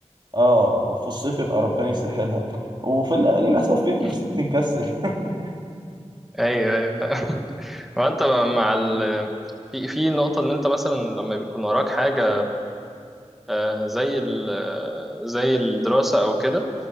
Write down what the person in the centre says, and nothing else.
مم.
ايوه ايوه <laughs> وانت مع ال في في نقطة إن أنت مثلا لما بيكون وراك حاجة آه، زي ال- آه، زي الدراسة أو كده